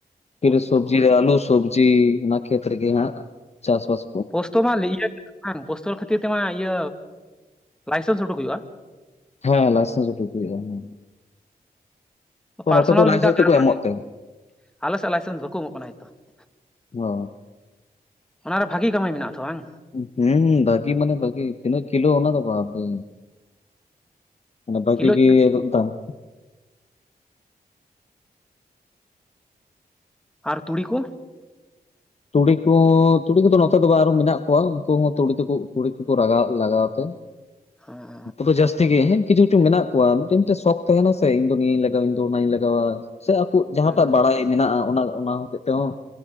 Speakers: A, on the left (about 40°); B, in the centre.
A: ᱯᱷᱤᱨ
B: ᱯᱳᱥᱛᱳ
A: ᱥᱚᱵᱽᱡᱤ ᱨᱮ ᱟᱭᱞᱩ ᱥᱚᱵᱽᱡᱤ ᱚᱱᱟ ᱠᱷᱮᱛ ᱨᱮ ᱜᱮ ᱦᱟᱸᱜ ᱪᱟᱥ ᱵᱟᱥ
B: ᱯᱳᱥᱴᱚᱨ ᱢᱟ ᱤᱭᱟᱹ ᱵᱟᱝ ᱯᱳᱥᱴᱳ ᱠᱷᱟᱹᱛᱤᱨ ᱛᱮᱢᱟ ᱤᱭᱟᱹ ᱞᱟᱭᱥᱮᱱᱥ ᱩᱰᱩᱠ ᱦᱩᱭᱩᱜᱼᱟ
A: ᱦᱮᱸ ᱞᱟᱭᱥᱮᱱᱥ ᱩᱰᱩᱠ ᱦᱩᱭᱩᱜᱼᱟ ᱦᱮᱸ ᱛᱚ
B: ᱯᱟᱨᱥᱚᱱᱟᱞ
A: ᱱᱚᱛᱮ ᱫᱚ ᱞᱟᱭᱥᱮᱱᱥ
B: ᱢᱤᱫ ᱫᱷᱟᱣ
A: ᱫᱚᱠᱚ
B: <unintelligible>
A: ᱮᱢᱚᱜ ᱛᱮ
B: ᱟᱞᱮ ᱥᱮᱫ ᱞᱟᱭᱥᱮᱱ ᱵᱟᱠᱚ ᱮᱢᱚᱜ ᱠᱟᱱᱟ ᱮᱠᱚ ᱦᱚᱸ
A: ᱚ
B: ᱚᱱᱟᱨᱮ ᱵᱷᱟᱹᱜᱤ ᱠᱟᱹᱢᱤ ᱢᱮᱱᱟᱜ ᱛᱚ ᱵᱟᱝ
A: ᱦᱩᱸ ᱦᱩᱸ ᱵᱟᱹᱜᱤ ᱢᱟᱱᱮ ᱵᱷᱟᱹᱜᱤ ᱛᱤᱱᱟᱹᱜ ᱠᱤᱞᱳ ᱚᱱᱟ ᱫᱚ ᱵᱟᱯᱮ ᱵᱟᱹᱠᱤ
B: ᱠᱤᱞᱳ
A: <unintelligible>
B: ᱟᱨ ᱛᱩᱲᱤ ᱠᱚ
A: ᱛᱩᱲᱤ ᱠᱚ ᱛᱩᱲᱤ ᱠᱚᱫᱚ ᱱᱚᱛᱮ ᱫᱚ ᱟᱨᱦᱚᱸ ᱢᱮᱱᱟᱜ ᱠᱚᱣᱟ ᱩᱱᱠᱩ ᱦᱚᱸ ᱛᱩᱲᱤ ᱛᱮᱠᱚ ᱛᱩᱲᱤ ᱛᱮᱠᱚ ᱞᱟᱜᱟᱣ ᱞᱟᱜᱟᱣ ᱛᱮ
B: ᱦᱮᱸ
A: ᱠᱚ ᱡᱟᱹᱥᱛ ᱛᱤ ᱜᱮ ᱦᱮᱸ ᱠᱤᱪᱷᱩ ᱠᱤᱪᱷᱩ ᱢᱮᱱᱟᱜ ᱠᱚᱣᱟ ᱢᱤᱫᱴᱮᱱ ᱢᱤᱫᱴᱟᱱ ᱥᱚᱠ ᱛᱟᱦᱮᱱᱟ ᱥᱮ ᱤᱧ ᱫᱚ ᱱᱤᱭᱟᱹᱧ ᱞᱟᱜᱟᱣᱟ ᱤᱧ ᱫᱚ ᱚᱱᱟᱧ ᱞᱟᱜᱟᱣᱟ ᱥᱮ ᱟᱠᱚ ᱡᱟᱦᱟᱸᱴᱟᱜ
B: ᱦᱮᱸ
A: ᱵᱟᱲᱟᱭ ᱢᱮᱱᱟᱜᱼᱟ ᱚᱱᱟ ᱚᱱᱟ ᱦᱚᱛᱮᱜ ᱛᱮᱦᱚᱸ